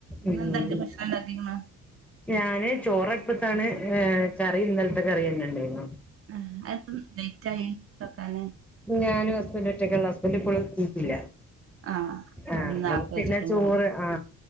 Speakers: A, on the right (about 45°); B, in the centre.
A: ഇന്ന്
B: ഉം
A: എന്താ <unintelligible> ഭക്ഷണം ഉണ്ടാക്കക്ക്ണെത്
B: ഞാന് ചോറ് അടുപ്പത്താണ് കറി ഇന്നലത്തെ കറി തന്നെ ഉണ്ടായിരുന്നു
A: ആ അത് ത്താ ലേറ്റ് ആയേ വെക്കാന്
B: ഞാനും ഹസ്ബൻഡും ഒറ്റയ്ക്കുള്ളൂ ഹസ്ബൻ്റ് ഇപ്പളും എത്തീട്ടില്ല
A: ആഹ്
B: ആ
A: അത് പിന്നെ നേരത്തെ
B: അപ്പ പിന്നെ
A: വെച്ചിട്ടും
B: ചോറ്
A: കാര്യ
B: ആ